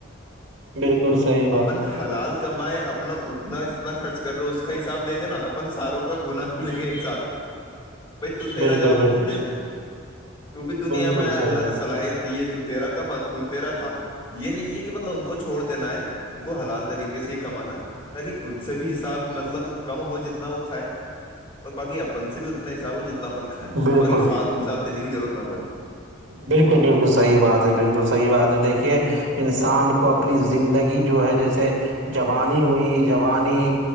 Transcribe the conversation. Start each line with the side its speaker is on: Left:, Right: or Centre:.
Right: بالکل صحی
Left: اپن حلال کمائے اپنا اتنا جتنا خرچ کر رہے ہو اس کا حساب دیں گے نا اپن ساروں کا گنا کیوں لیں گے ایک ساتھ بھائی ت تیرا
Right: بالکل
Left: جاب
Right: بالکل
Left: ت دے تو بھی دنیا
Right: بالکل
Left: میں آ
Right: صحیح
Left: اللہ
Right: بات
Left: نے صلاحیت دی ہے تو تیرا کمت تو تیرا کھا یہ نہیں ہے کہ مطلب ان کو چھوڑ دینا ہے ان کو حلال طریقے سے ہی کمانا ہے تاکہ ان سے بھی حساب مطلب کم ہو جتنا وہ کھائے اور باقی اپن سے بھی اتنا حساب ہو جتنا اپن کھائیں
Right: بالکل
Left: باقی فالتو حساب دینے کی ضرورت نہ پڑے
Right: بالکل بالکل صحیح بات ہے بالکل صحیح بات ہے دیکھیے انسان کو کو اپنی زندگی جو ہے جیسے جوانی ہوئی جوانی